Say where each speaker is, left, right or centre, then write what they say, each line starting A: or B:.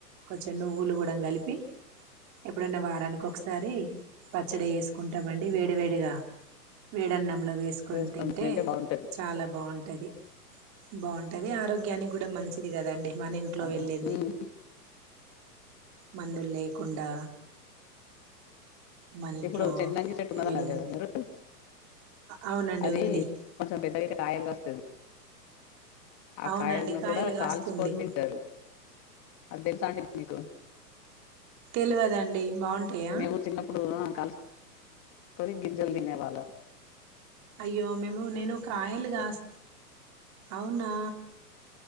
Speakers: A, on the right (about 35°); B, on the left (about 30°).
A: కొంచెం నువ్వులు కూడా కలిపి ఎప్పుడన్న వారానికి ఒకసారి పచ్చడి వేసుకుంటామండి వేడి వేడిగా వేడన్నాంల వేసుకొని
B: చేసుకొని
A: తింటే
B: బాగుంటది
A: చాలా బాగుంటది. బాగుంటది ఆరోగ్య. బిరియానికి కూడా మంచిది కదాండి. మన ఇంట్లో
B: అవును
A: వెళ్ళింది.
B: ఉమ్
A: మందులు లేకుండా మన ఇంట్లో
B: ఇప్పుడు చెన్నంగి చెట్టు ఉన్నది
A: వెళ్ళి
B: అన్నారు కదా మీరు
A: అవునండి
B: అది
A: ఉంది
B: కొంచెం పెద్దగా అయితే కాయలు కాస్తది ఆ
A: అవునండి
B: కాయలను
A: కాయలు
B: కూడా
A: కాస్తుంది
B: కాల్చుకొని తింటారు అది తెలుసా అండి మీకు
A: తెలియదండి బాగుంటాయా
B: మేము చిన్నప్పుడు కాల్చు కొని గింజలు తినే వాళ్లం
A: అయ్యో మేము నేను కాయలు కాస్త్ అవునా